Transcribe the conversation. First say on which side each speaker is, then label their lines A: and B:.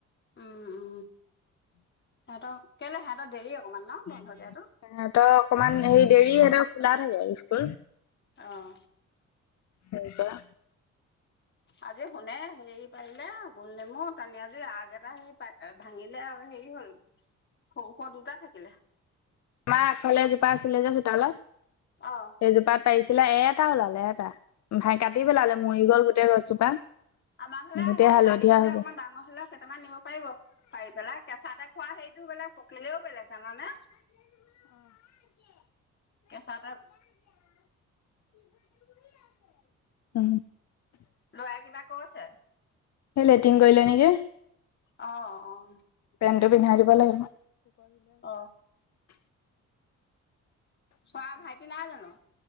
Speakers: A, on the left; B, on the left.
A: উম উম সিহতক কেলে সিহতৰ দেৰি। অকমান ন বন্ধ
B: সহতৰ
A: দিয়াতো
B: অকনমান হেৰি দেৰি সহতৰ খোলা থাকে স্কুল।
A: আহ
B: <unintelligible>
A: আজি শুনে হেৰি পাৰিলে গোল নেমু তানি আজোই আগ এটা হে পাই ভাঙিলে আৰু হেৰি হল সৰুশ দুটা থাকিলে
B: আমাৰ আগফালে এজোপা আছিলে যে চোতালত
A: অ'
B: সেইজোপাত পাইছিল চিলাই এটা ওলালে এটা ভ কাটি পেলালে মৰি গ'ল গোটেই গছজোপা
A: আমাক হলে
B: গোটেই
A: আহিলে
B: হালধীয়া
A: লাগি মেলি
B: হৈ
A: অকমান
B: গ'ল।
A: ডাঙৰ হলেও কেইটামান নিব পাৰিব পাৰি পেলাই কেঁচা টে বিলাক পকিলেও বেলেগ জানানে কেচা তে
B: আ
A: <unintelligible> কৈছে
B: স লেট্ৰিন কৰিলে নেকি
A: অ' অ'
B: পেণ্টটো পিন্ধাই দিব লাগিব
A: অ'
B: <unintelligible>
A: চোৱা ভাইটি নাই জানো